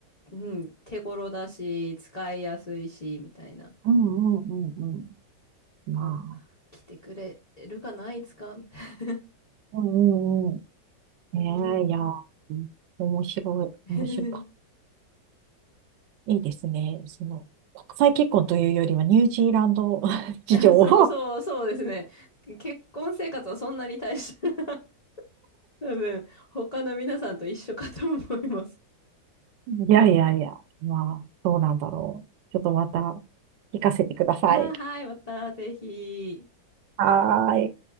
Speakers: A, on the left (about 80°); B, on the right (about 75°).
A: ううん、手頃だし、使いやすいし、みたいな。
B: うんうんうんうん。
A: だから
B: ま
A: 来てくれるかないつかみたい
B: あ、うんうんうん。
A: なうんう
B: ねえ、いや、面白い、
A: ん <laughs>。
B: 面白かった。いいですね。その、国際結婚というよりは、ニュージーランド <laughs> 事情を。
A: な。あ、そうそうそうですね。結婚生活はそんなに大した、<laughs> 多分、他の皆さんと一緒かと思います。
B: いやいやいや、まあ、どうなんだろう。ちょっとまた、聞かせてください。
A: あー、はい、またぜひ。
B: はーい。